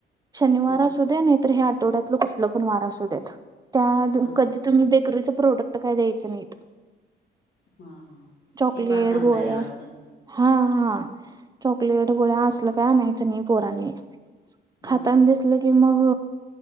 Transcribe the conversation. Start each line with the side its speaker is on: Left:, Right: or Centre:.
Right: शनिवार
Left: हां,
Right: आसुदे नाहीतर ह्या आठवड्यातलं कुठलं पण वार असूद्यात त्या
Left: हां,
Right: कधी
Left: हां,
Right: तुम्ही बेकरीच प्रोडक्ट काय द्यायच नाहीत
Left: हा हा
Right: चॉकलेट,
Left: ते बा चांगलं
Right: गोळ्या
Left: आहे अडचण
Right: हा हा चॉकलेट गोळ्या असल काय आणायचं नाही पोरांनी खाताना
Left: हां, हां,
Right: दिसलं की मग